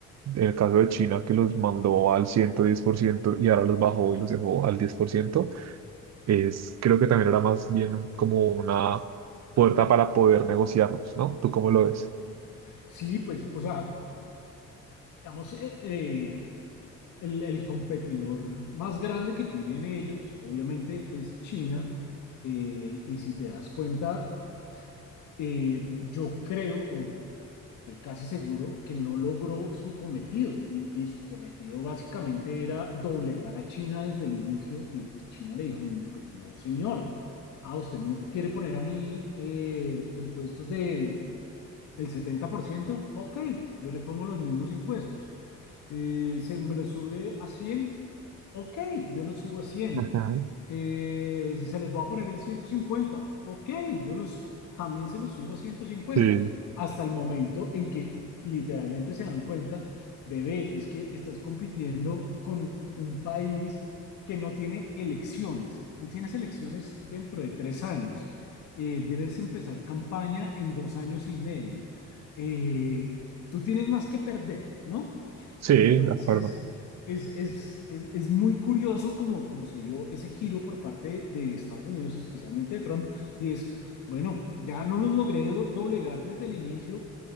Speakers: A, on the right (about 60°); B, on the left (about 75°).
A: En el caso de China que los mandó al 110% y ahora los bajó y los dejó al 10% es, creo que también era más bien como una puerta para poder negociarlos, ¿no? ¿Tú cómo lo ves?
B: Sí, pues, o sea, digamos, eh, eh, el, el competidor más grande que tienen ellos, obviamente, es China. Eh, y si te das cuenta, eh, yo creo, o estoy casi seguro, que no logró su cometido. Y, y su cometido básicamente era doblegar a China desde el inicio. Y pues China le dijo, "Pues, no, señor, ah, usted me quiere poner a mí eh, impuestos de el setenta por ciento Ok, yo le pongo los mismos impuestos. Eh, se, me lo sube a cien, Ok, yo lo subo a cien.
A: Ujú.
B: Eh, se los voy a poner en ciento cincuenta, Ok, yo los, también se los subo a ciento cincuenta.
A: Sí,
B: Hasta el momento en que literalmente se dan cuenta, bebé, es que estás compitiendo con un país que no tiene elecciones. Tú tienes elecciones dentro de tres años. Eh, debes empezar campaña en dos años y medio. Eh, tú tienes más que perder, ¿no?
A: sí,
B: Entonces,
A: de acuerdo.
B: es, es, es, es muy curioso como, como se dio ese giro por parte de Estados Unidos, especialmente de Trump, y es, bueno, ya no los logré do- doblegar desde el inicio,